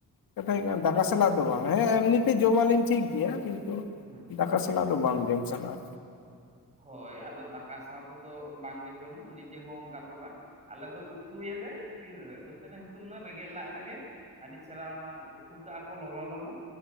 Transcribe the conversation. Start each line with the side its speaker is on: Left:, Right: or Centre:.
Left: ᱠᱟᱛᱷᱟ ᱦᱩᱭᱩ
Right: ᱟᱪᱪᱷᱟ
Left: ᱫᱟᱠᱟ ᱥᱟᱞᱟᱜ ᱫᱚ ᱵᱟᱝ ᱦᱮᱸ ᱮᱢᱱᱤᱛᱮ ᱡᱚᱢᱟᱞᱤᱧ ᱴᱷᱤᱠ ᱜᱮᱭᱟ ᱠᱤᱱᱛᱩ,
Right: <inaudible>
Left: ᱫᱟᱠᱟ ᱥᱟᱞᱟᱜ ᱫᱚ ᱵᱟᱝ ᱡᱚᱢ ᱥᱟᱱᱟ-ᱟ᱾
Right: ᱦᱳᱭ ᱟᱫᱚ ᱫᱟᱠᱟ ᱥᱟᱶ ᱛᱮᱫᱚ ᱵᱟᱝᱜᱮ ᱡᱚᱢ ᱱᱤᱡᱮ ᱦᱚᱸ ᱚᱱᱠᱟ ᱫᱚ ᱵᱟᱝ᱾ ᱟᱞᱮ ᱫᱚ ᱩᱛᱩᱭ ᱭᱟᱞᱮ ᱛᱤᱱᱨᱮ ᱫᱟᱹᱛᱟᱹᱱᱤ ᱦᱩᱛᱩᱢᱱᱟ ᱨᱮᱸᱜᱮᱡ ᱞᱟᱡ ᱨᱮᱜᱮ ᱟᱹᱰᱤ ᱪᱮᱨᱦᱨᱟ ᱚᱱᱟ ᱩᱛᱩ ᱠᱟᱜ ᱟ ᱠᱚ ᱞᱚᱞᱚ